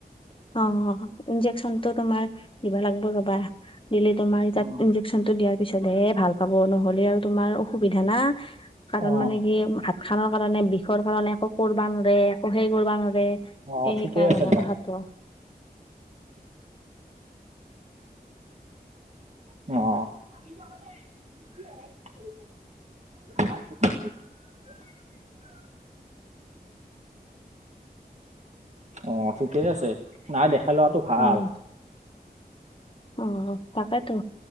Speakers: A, on the left; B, on the right.
A: অ', ইন্‌জেকচনটো তোমাৰ দিবা লাগ্‌বো ৰবা। দিলে তোমাৰ ইতা
B: অ
A: ইন্‌জেকচনটো টো দিয়াৰ পিছত হে ভাল পাব নহলে আৰু তোমাৰ অসুবিধা না। কাৰণ
B: অ
A: মানে কি হাত খানৰ কাৰণে বিষৰ কাৰণে একো কৰ্‌বা ন'ৰে একো সেই কৰ্‌বা ন'ৰে। সেই
B: অ
A: সেইকাৰণে
B: ঠিকেই আছে দিয়া
A: কথাটো।
B: অ'। <inaudible> অ', ঠিকেই আছে, নাই দেখাই লোৱাটো ভাল।
A: উম, অ', তাকেতো